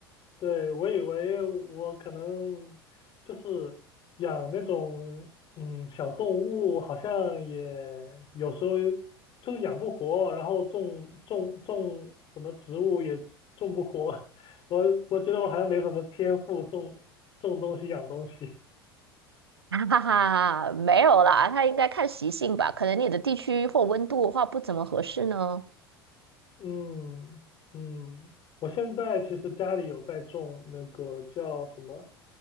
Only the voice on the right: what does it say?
<laughs> 哈哈哈，没有啦，它应该看习性吧，可能你的地区或温度的话不怎么合适呢。